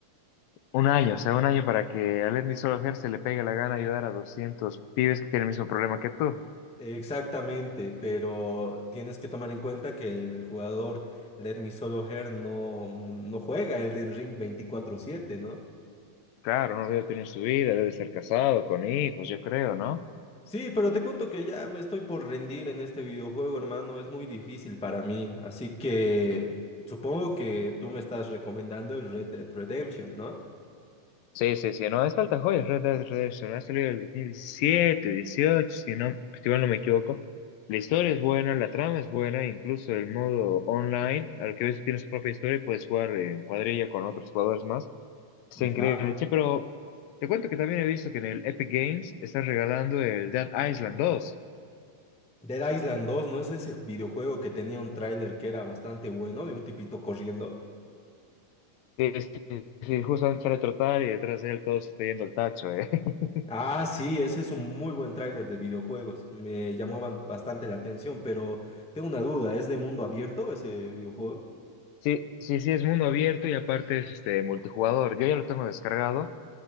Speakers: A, on the left (about 90°); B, in the centre.
A: Un año, o sea, un año para que a Lenny Solskjaer se le pegue la gana de ayudar a 200 pibes que tienen el mismo problema que tú.
B: Exactamente, pero tienes que tomar en cuenta que el jugador Let Me Solo Her no, no juega Elden Ring 24/7, ¿no?
A: Claro, no debe tener su vida, debe ser casado, con hijos, yo creo, ¿no?
B: Sí, pero te cuento que ya me estoy por rendir en este videojuego, hermano. Es muy difícil para mí. Así que supongo que tú me estás recomendando el Red Dead Redemption, ¿no?
A: Sí, sí, sí, no, es falta joyas, Red Dead Redemption, ha salido en el 2017, 18, si no, si mal no me equivoco. La historia es buena, la trama es buena, incluso el modo online, al que ves tiene su propia historia y puedes jugar en cuadrilla con otros jugadores más. Está
B: Ya.
A: increíble, che, pero te cuento que también he visto que en el Epic Games están regalando el Dead Island 2.
B: Dead Island dos ¿no es ese videojuego que tenía un tráiler que era bastante bueno de un tipito corriendo?
A: Sí, sí, sí, justamente sale a trotar y detrás de él todos está yendo al tacho, ¿eh? <laughs>
B: Ah, sí, ese es un muy buen tráiler de videojuegos. Me llamaban bastante la atención, pero tengo una duda, ¿es de mundo abierto ese videojuego?
A: Sí, sí, sí, es mundo abierto y aparte es este multijugador. Yo ya lo tengo descargado.